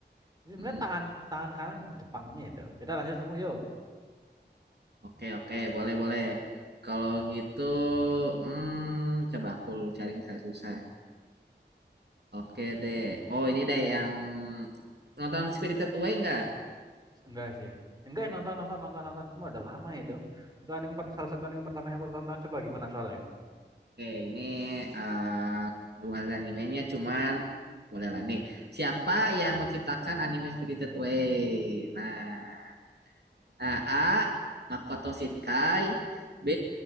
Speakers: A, on the right; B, on the right.
A: Jadi sebenarnya
B: Mm,
A: tangan tangan kanan di Jepangnya itu. Jadi lanjut kamu yo.
B: Oke, oke, boleh, boleh. Kalau gitu, hmm, coba aku cari yang saya susah. Oke deh. Oh, ini deh yang nonton Spirited Away enggak?
A: Enggak sih. Enggak nonton nonton nonton nonton semua udah lama itu. Itu anime per- salah satu anime pertama yang aku tonton coba gimana soalnya.
B: Oke, ini eh bukan animenya, cuman boleh lah nih. Siapa yang menciptakan anime Spirited Away? Nah. Nah, A. Makoto Shinkai. B.